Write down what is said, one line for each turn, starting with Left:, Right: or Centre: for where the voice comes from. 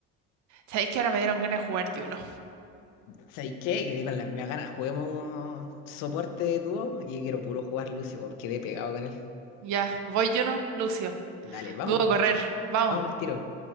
Right: Sabéis que ahora me dieron ganas de jugar Juno.
Left: ¿Sabes qué? Quedé con la me ganas, juguemos soporte de dúo y quiero puro jugar Lucio porque quedé pegado con él.
Right: Ya, voy Juno, Lucio.
Left: Dale, vamos,
Right: Dudo
Left: po,
Right: correr. Vamos.
Left: vamos al tiro.